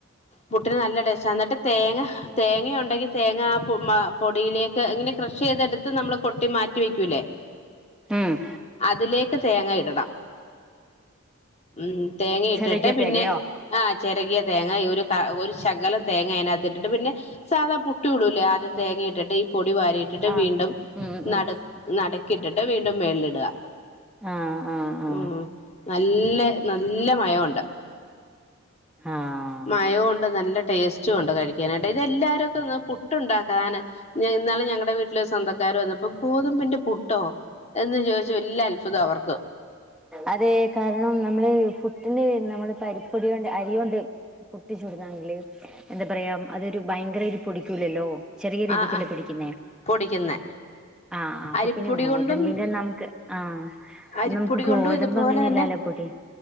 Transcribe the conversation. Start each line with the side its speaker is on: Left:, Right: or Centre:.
Left: പുട്ടിന് നല്ല ടെസ്റ്റാ എന്നിട്ട് തേങ്ങ തേങ്ങ ഉണ്ടെങ്കിൽ തേങ്ങ ആ മ പൊടിയിലേക്ക് ഇങ്ങനെ ക്രഷ് ചെയ്തെടുത്ത് നമ്മളെ കൊട്ടി മാറ്റി വെക്കൂല്ലേ
Centre: ഉം
Left: അതിലേക്ക് തേങ്ങ ഇടണം ഉം തേങ്ങ ഇട്ടിട്ട്
Centre: ചിലയ്ക്ക്
Left: പിന്നെ
Centre: തികയോ
Left: ആഹ് ചെരകിയ തേങ്ങ ഒരു ഒരു ശകലം തേങ്ങ അതിനകത്തിട്ട് പിന്നെ സാധാ പു ട്ട് ഇടൂലേ ആദ്യം തേങ്ങയിട്ടിട്ട് ഈ പൊടി വാരിട്ടിട്ട്
Centre: ആഹ്
Left: വീണ്ടും
Centre: ഉം
Left: നട
Centre: ഉം
Left: നട കിട്ടിട്ട് വീണ്ടും മേലിടുക
Centre: ആഹ് ആഹ് ആഹ്
Left: ഉം നല്ല നല്ല മയോണ്ട്
Centre: ആഹ്
Left: മയോണ്ട് നല്ല ടേസ്റ്റ് ച്ചുംണ്ട് കഴിക്കാനായിട്ട് ഇത് എല്ലാരത്തുന്നും പുട്ടുണ്ടാക്കാന് ഞ ഇന്നാല് ഞങ്ങളുടെ വീട്ടില് സ്വന്തക്കാര് വന്നപ്പോ ഗോതമ്പിന്റെ പുട്ടോ എന്ന് ചോദിച്ചു വല്യ അത്ഭുതം അവർക്ക്
Centre: അതെ കാരണം നമ്മള് പുട്ടിന്റെ നമ്മള് അരിപ്പൊടിയൊണ്ട് അരിയോണ്ട് പുട്ട് ചുടുന്നാണെങ്കില് എന്താ പറയാ അതൊരു ഭയങ്കര ഒരു പൊടിക്കൂലല്ലോ ചെറിയ രീതിക്കല്ലേ
Left: ആഹ് ആഹ്
Centre: പൊടിക്കുന്നേ
Left: പൊടിക്കുന്നെ
Centre: ആഹ് ആഹ് അപ്പോ
Left: അരിപ്പൊടി
Centre: പിന്നെ ഗോതമ്പിന്റെ
Left: കൊണ്ടും
Centre: നമുക്ക് ആഹ്
Left: അരിപ്പൊടി
Centre: നമുക്ക് ഗോതമ്പ്
Left: കൊണ്ടും ഇതുപോലെ
Centre: അങ്ങനെല്ലല്ലോ
Left: തന്നെ
Centre: പൊടി